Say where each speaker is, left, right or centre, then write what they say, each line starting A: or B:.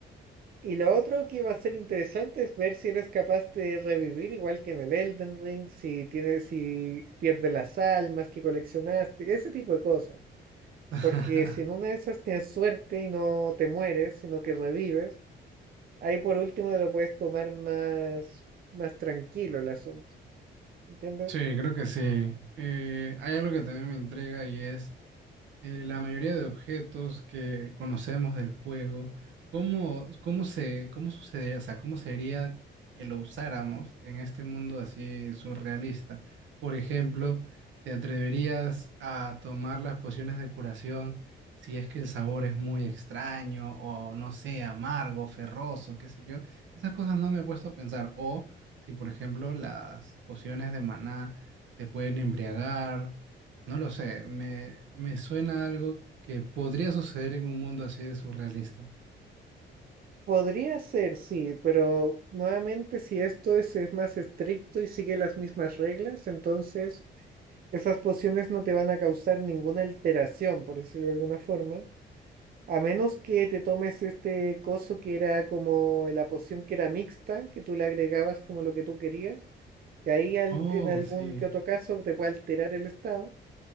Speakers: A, on the right (about 50°); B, on the right (about 70°).
A: Y lo otro que va a ser interesante es ver si eres capaz de revivir, igual que en el Elden Ring, si tienes, si pierdes las almas que coleccionaste, ese tipo de cosas.
B: <laughs>
A: Porque si en una de esas tienes suerte y no te mueres, sino que revives, ahí por último te lo puedes tomar más, más tranquilo el asunto. ¿Entiendes?
B: Sí, creo que sí. Eh, hay algo que también me intriga y es eh, la mayoría de objetos que conocemos del juego, ¿cómo, cómo se, cómo sucedería, o sea, cómo sería que lo usáramos en este mundo así surrealista? Por ejemplo, ¿te atreverías a tomar las pociones de curación si es que el sabor es muy extraño o no sé, amargo, ferroso, qué sé yo? Esas cosas no me he puesto a pensar. O si, por ejemplo, las pociones de maná te pueden embriagar no lo sé, me, me suena algo que podría suceder en un mundo así de surrealista.
A: Podría ser, sí, pero nuevamente si esto es, es más estricto y sigue las mismas reglas, entonces esas pociones no te van a causar ninguna alteración, por decirlo de alguna forma, a menos que te tomes este coso que era como la poción que era mixta, que tú le agregabas como lo que tú querías que ahí al-
B: Oh,
A: en algún
B: sí,
A: que otro caso te puede alterar el estado,